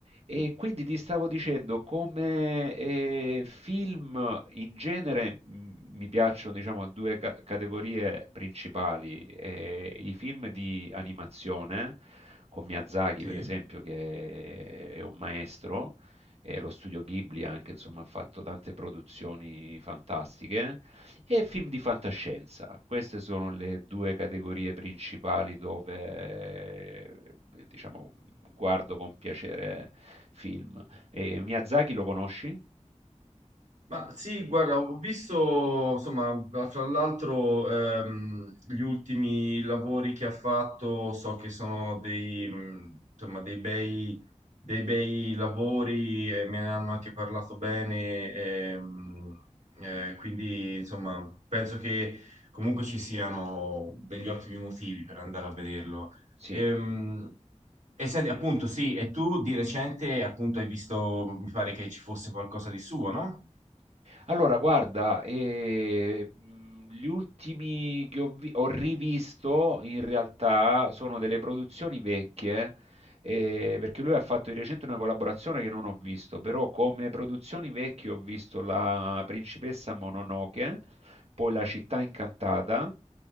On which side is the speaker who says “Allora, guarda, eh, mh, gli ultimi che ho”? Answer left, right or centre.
Right